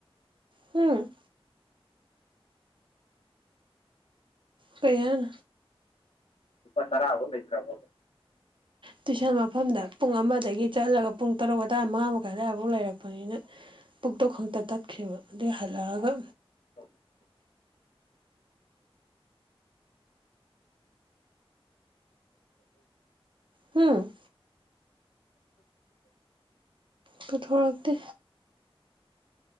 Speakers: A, on the right; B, on the left.
A: ꯍꯨꯡ ꯀꯩꯍꯥꯏꯅꫭ
B: ꯂꯨꯄꯥ ꯇꯔꯥꯕꯨꯛ ꯂꯩꯇꯔꯥꯕꫭꯕ
A: ꯇꯨꯏꯁꯟ ꯃꯐꯝꯗ ꯄꯨꯡ ꯑꯃꯗꯒꯤ ꯆꯠꯂꯒ ꯄꯨꯡ ꯇꯔꯨꯛ ꯑꯗꯥꯋꯥꯏ ꯃꯉꯥ ꯃꯈꯥꯏꯋꯥꯏꯐꯥꯎ ꯂꯩꯔꯛꯄꯅꯤꯅ ꯄꯨꯛꯇꯣ ꯈꯛꯇ ꯇꯠꯈꯦꯕ ꯑꯗꯨꯏ ꯍꯜꯂꯛꯑꯒ
B: <unintelligible>
A: ꯍꯨꯡ ꯄꯨꯊꯣꯔꯛꯇꯦ